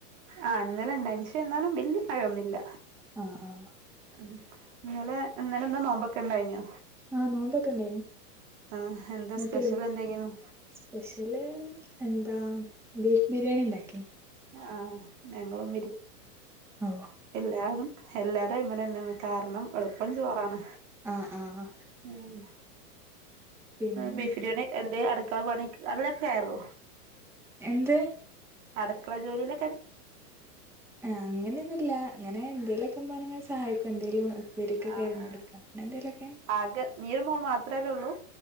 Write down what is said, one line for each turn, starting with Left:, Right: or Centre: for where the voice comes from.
Right: ആഹ് ഇന്നലെ ഇണ്ടായ്ന് ക്ഷേ എന്നാലും വല്യ മഴയൊന്നുല്ല
Centre: ആഹ് ആഹ്
Right: ഉം ഇന്നലെ ഇന്നലെ എന്താ നോമ്പൊക്കെ ഇണ്ടായിഞ്ഞോ
Centre: ആഹ് നോമ്പൊക്കെ ഇണ്ടായിനു
Right: ആഹ് എന്താ
Centre: ഇങ്ങക്കില്ലേ
Right: സ്പെഷ്യൽ എന്തെങ്കിലും
Centre: സ്പെഷ്യല് എന്താ ബീഫ് ബിരിയാണി ഉണ്ടാക്കിന്ന്
Right: ആഹ് ഞങ്ങളും
Centre: ഓ
Right: ഞാനും എല്ലാടേം ഇങ്ങനെ തന്നെന്നു കാരണം എളുപ്പം ചോറാണ്
Centre: ആഹ് ആഹ്
Right: ഉം
Centre: പിന്നെ
Right: ബീഫ് ബിരിയാണി എന്തേ അടുക്കള പണി അതിനൊക്കെ കയറുവോ
Centre: എന്ത്
Right: അടുക്കള ജോലിയില
Centre: ആ അങ്ങനെയൊന്നുല്ല ഇങ്ങനെ എന്തേലൊക്കെ ഇമ്മനെ അങ്ങനെ സഹായിക്കും എന്തേലും പേരൊക്കെ
Right: ആഹ്
Centre: കേരഞ്ഞെടുക്ക
Right: ആഹ്
Centre: അങ്ങനെ എന്തെലൊക്കെ
Right: ആകെ നീ ഒരു മോൾ മാത്രല്ലേ ഉള്ളൂ